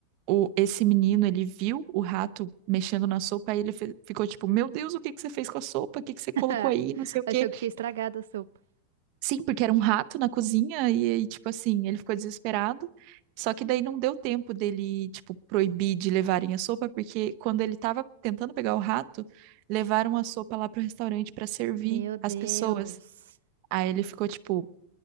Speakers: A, on the right; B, on the right.
A: o, esse menino, ele viu o rato mexendo na sopa e ele fe- ficou tipo, meu Deus, o que que você fez com a sopa? O que que você colocou
B: <laughs>
A: aí? Não sei o
B: Achou
A: quê.
B: que tinha estragado a sopa.
A: Sim, porque era um rato na cozinha e aí, tipo assim, ele ficou desesperado. Só que daí não deu tempo dele, tipo, proibir de levarem a sopa, porque quando ele tava tentando pegar o rato, levaram a sopa lá pro restaurante pra servir
B: Meu Deus.
A: as pessoas. Aí ele ficou, tipo,